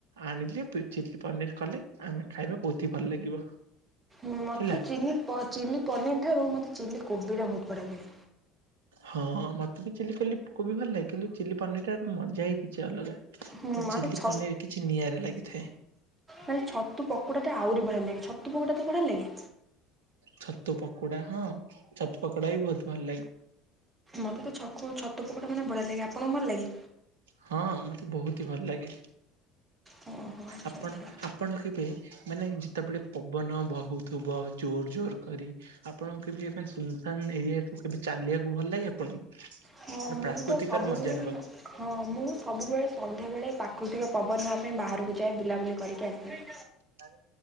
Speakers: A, on the right; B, on the right.
A: ଆଣିଲେ ଚିଲି ପନିର କଲେ ଆମେ ଖାଇବା ବହୁତ ହି ଭଲ ଲାଗିବ।
B: ଉଁ ମତେ
A: ହେଲା।
B: ଚିନି ପ ଚିଲି ପନିରଠାରୁ ମତେ ଚିଲି କୋବିଟା ବୋହୁତ ବଢିଆ ଲାଗେ।
A: ହଁ ମତେ ବି ଚିଲି କୋଲି କୋବି ଭଲଲାଗେ କିନ୍ତୁ ଚିଲି ପନିରଟାରେ ମଜା ହି କିଛି ଅଲଗା। ମାନ
B: ହୁଁ ଆଉ ଗୋଟେ
A: ଚିଲି
B: ଛ
A: ପନିର କିଛି ନିଆଁରେ ଲାଗିଥାଏ।
B: ମାନେ ଛତୁ ପକୋଡାଟା ଆହୁରି ବଢିଆ ଲାଗେ ଛତୁ ପକୋଡା ତ ବଢିଆ ଲାଗେ।
A: ଛତୁ ପକୋଡା ହଁ ଛତୁ ପକୋଡା ବି ବୋହୁତ ଭଲ ଲାଗେ।
B: ମତେ ତ ଛକୁ ଛତୁ ପୋକୋଡ଼ା ମାନେ ବଢିଆ ଲାଗେ ଆପଣଙ୍କୁ ଭଲ ଲାଗେ?
A: ହଁ ମତେ ବୋହୁତ ହି ଭଲ ଲାଗେ।
B: ଓହୋ। ଆଚ୍ଛା
A: ଆପଣ
B: ଆଚ୍ଛା
A: ଆପଣ କେବେ ମାନେ ଯେତେବେଳେ ପବନ ବୋହୁଥିବ ଜୋର ଜୋର କରି ଆପଣଙ୍କୁ କେବେ ମାନେ ସୁନସାନ୍ ଏରିଆକୁ କେବେ ଚାଲିବାକୁ ଭଲ ଲାଗେ ଆପଣଙ୍କୁ?
B: ହଁ ମୁଁ
A: ପ୍ରାକୃତିକର
B: ତ ସବୁବେଳେ
A: ମଜା ନବାକୁ।
B: ହଁ ମୁଁ ସବୁବେଳେ ସନ୍ଧ୍ୟାବେଳେ ପ୍ରାକୃତିକ ପବନ ନବା ପାଇଁ ବାହାରୁ କୁ ଯାଏ ବୁଲାବୁଲି କରିକି ଆସେ।
A: ଗାଁର